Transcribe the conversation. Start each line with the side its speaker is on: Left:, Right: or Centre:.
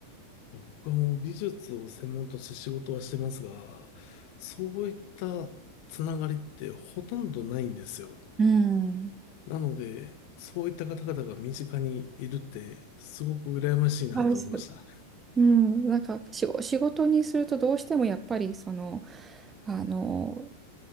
Left: 僕はもう美術を専門として仕事はしてますが、そういったつながりってほとんどないんですよ。
Right: うん。
Left: なので、そういった方々が身近にいるって、すごく羨ましいなと思いました。
Right: はい。そううん、なんか仕事、仕事にするとどうしてもやっぱりその、あの、